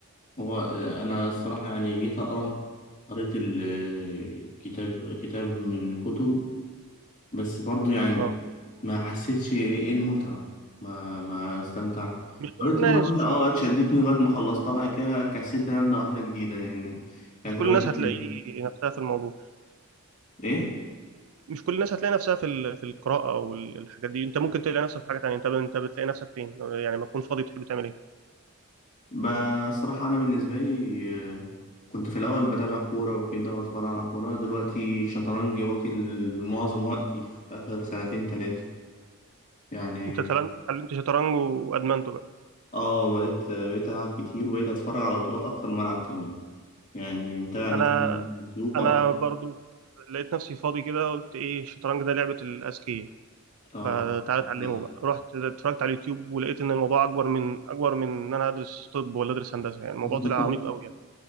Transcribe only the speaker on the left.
هو آه، انا الصراحه يعني جيت اقرا قريت الكتاب كتاب من كتب بس برضو يعني
ما حسيتش ايه إيه المتعه ما ما استمتعت
قريت
روايه
اه
اتشدتني لغايه ما خلصتها بعد كده كسلت إن أنا ابدا واحده جديده لان كانت
روايه
دي-
ايه
بصراحه انا بالنسبه لي آه، كنت في الاول بتابع كوره وكده واتفرج على كوره دلوقتي الشطرنج واكل معظم وقتي في اخر سنتين ثلاثه يعني
اه بقيت بقيت ألعب كتير وبقيت أتفرج على بطولات أكتر ما ألعب كمان يعني متابع الناس
اللي على اليوتيوب بقى
اه
آه.
<laughs>